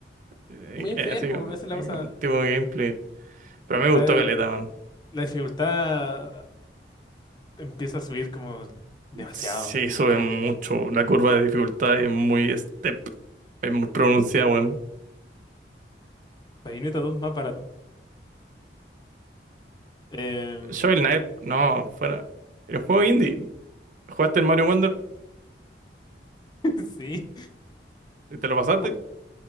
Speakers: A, on the right; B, on the left.
A: Eh,
B: muy enfermo,
A: eh, así como,
B: esa es la
A: eh,
B: cosa.
A: como tipo de gameplay. Pero a mí
B: La,
A: me gustó Caleta, weón.
B: la dificultad empieza a subir como demasiado
A: Sí,
B: después.
A: sube mucho. La curva de dificultad es muy step. Es muy pronunciada, weón.
B: Bayonetta 2 más barato. Em,
A: Shovel Knight, no, fuera. El juego indie. ¿Jugaste el Mario Wonder?
B: <laughs> sí.
A: ¿Y ¿Te lo pasaste?
B: Jut-